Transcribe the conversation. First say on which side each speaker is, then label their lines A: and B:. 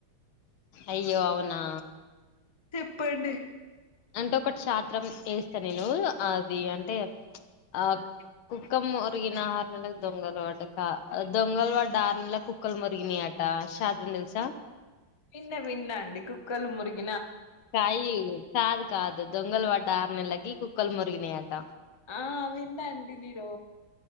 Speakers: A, on the left (about 80°); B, on the left (about 45°).
A: అయ్యో అవునా
B: చెప్పండి
A: అంటే ఒకటి చాత్రం వేస్తా నేను అది అంటే ఆ కుక్కం మురుగినని ఆహర్ నెల దొంగల్ వాటక <unintelligible> దొంగల్ వాట ఆహ నెల కుక్కల్ మురుగని ఆట ట శాత్రం తెలుసా
B: విన్న విన్న అండి కుక్కలు మురిగ
A: కాయ కాదు కాదు దొంగలు పడ్డ ఆరు నెల్లకి కుక్కలు మోరిగినయట
B: ఆ విన్నా అండి నేను